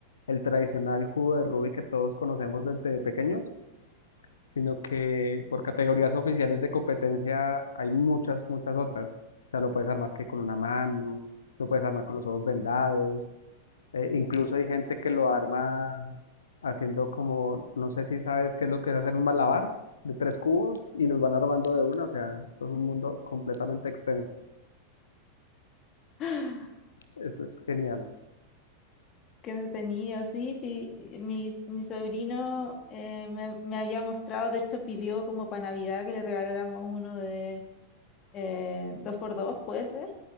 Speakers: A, on the left; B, on the left.
A: el tradicional cubo de Rubik que todos conocemos desde pequeños, sino que por categorías oficiales de competencia hay muchas, muchas otras. O sea, lo puedes armar que con una mano, lo puedes armar con los ojos vendados, Eh, incluso hay gente que lo arma haciendo como, no sé si sabes qué es lo que es hacer un malabar de tres cubos y los van armando de una, o sea, esto es un mundo completamente extenso.
B: <gasps>
A: Eso es genial.
B: Qué entretenido, sí, sí. y Mi, mi sobrino eh, me, me había mostrado, de hecho pidió como para Navidad que le regaláramos uno de eh, dos por dos, ¿puede ser?